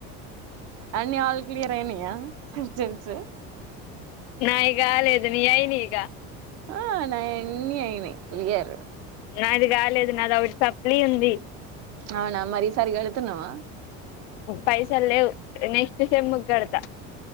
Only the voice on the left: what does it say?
నాయి కాలేదు నీ అయినయ్
నాది కాలేదు నాది ఒకటి సప్లీ ఉంది
పైస లేేవు నెక్స్ట్ సేమ్ కి కడతా